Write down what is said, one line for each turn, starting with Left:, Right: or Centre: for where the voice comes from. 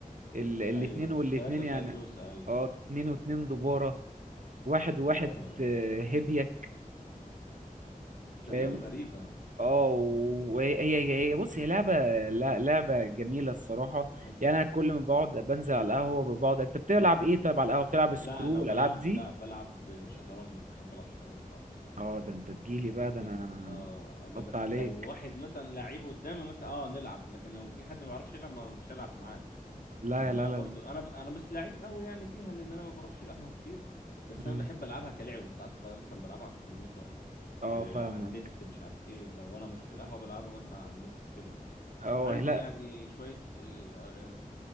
Right: ال... الاتنين
Left: ايوه
Right: والاتنين
Left: ثلاثة وتلات
Right: يعني
Left: دوسة ايوه
Right: اه اتنين واتنين دبارة واحد وواحد
Left: دبارة ايوه
Right: آه، هبيك
Left: اساميهم
Right: فاهم
Left: غريبة
Right: اه وهي هي هي بص هي لعبة لا لعبة جميلة الصراحة
Left: حصل
Right: يعني انا كل ما بقعد بنزل على القهوة بقعد انت بتلعب ايه طيب على القهوة بتلعب سكرو
Left: لا لو
Right: والالعاب
Left: بلعب
Right: دي
Left: لا بلعب شطرنج احب العب شطرنج خالص الصراحة
Right: اه ده انت تجيلي بقى ده
Left: بس
Right: انا
Left: اه لا
Right: حط
Left: بس
Right: عليك
Left: لو واحد مثلا لعيب قدامي مثلا اه نلعب لكن لو في حد ما بيعرفش يلعب ما بش العب معاه
Right: لا
Left: ان
Right: لا
Left: انا
Right: لا
Left: برضو انا ب... انا مش لعيب قوي يعني فيها لان انا ما بروحش القهوه كتير بس
Right: مم.
Left: انا بحب العبها كلعبه بس ساعات بقى مثلا بلعبها على الكمبيوتر
Right: اه
Left: آه
Right: فاهمك
Left: على النت مش عارف ايه لو انا مش في القهوه بلعبها مثلا على النت كده
Right: اه
Left: عندي
Right: لا
Left: يعني شويه آه آه،